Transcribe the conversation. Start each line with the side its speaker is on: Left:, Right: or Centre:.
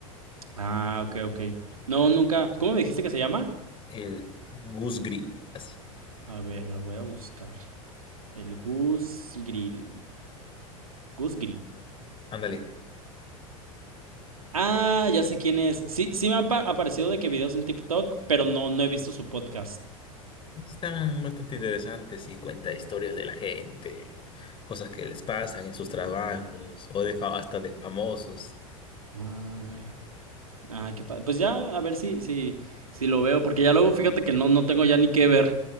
Right: Ah, ok, ok. No, nunca. ¿Cómo me dijiste que se llama?
Left: el Goose Gris, así.
Right: A ver, lo voy a buscar. El Gus Grill. Gus Grill.
Left: Ándale.
Right: Ah, ya sé quién es. Sí, sí me han pa- aparecido de que videos en TikTok, pero no, no he visto su podcast.
Left: Están bastante interesantes y cuenta historias de la gente, cosas que les pasan en sus trabajos o de fa- hasta de famosos.
Right: Ah, ah, qué padre. Pues ya, a ver si, si, si lo veo, porque ya luego fíjate que no, no tengo ya ni qué ver.